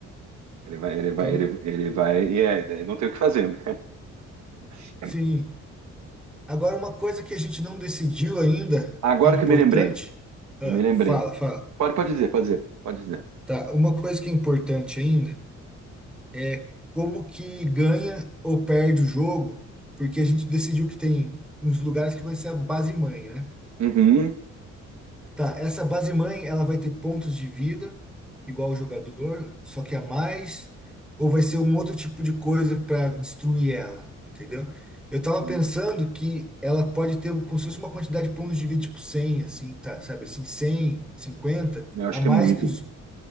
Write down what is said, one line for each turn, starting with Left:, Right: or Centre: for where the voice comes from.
Right: Ele vai, ele
Centre: Então,
Right: vai, ele, ele vai, e é, é, não tem o que fazer. né? <laughs>
Centre: sim. Agora, uma coisa que a gente não decidiu ainda,
Right: Agora
Centre: que é importante.
Right: que eu me lembrei,
Centre: Ah,
Right: eu me lembrei.
Centre: fala, fala.
Right: Pode, pode dizer, pode dizer, pode dizer.
Centre: Tá, uma coisa que é importante ainda é como que ganha ou perde o jogo, porque a gente decidiu que tem uns lugares que vai ser a base mãe, né?
Right: Uhum.
Centre: Tá, essa base mãe, ela vai ter pontos de vida, igual o jogador, só que a mais, ou vai ser um outro tipo de coisa para destruir ela, entendeu? Eu tava
Right: Uhum.
Centre: pensando que ela pode ter como se fosse uma quantidade de pontos de vida, tipo 100 assim, tá, sabe, assim, cem cinquenta
Right: Eu acho
Centre: a
Right: que
Centre: mais
Right: é muito.
Centre: que os,